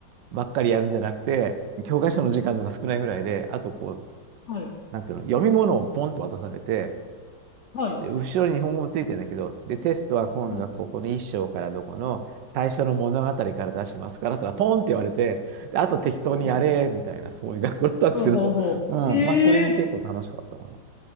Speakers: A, on the right; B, on the left.
A: ばっかりやるんじゃなくて、教科書の時間の方が少ないぐらいで、あとこう、
B: はい、
A: なんていうの、読み物をポンと渡されて、
B: はい、
A: で、後ろに日本語もついてるんだけど、で、テストは今度はここの一章からどこの最初の物語から出しますからとか、
B: はい。
A: ポンって言われて、で、あと適当にやれ、
B: うん、うん。
A: みたいな、そういう学校だったんですけど、
B: ほうほうほう。
A: <laughs> うん、
B: へえ、
A: まあ、それも結構楽しかったかな。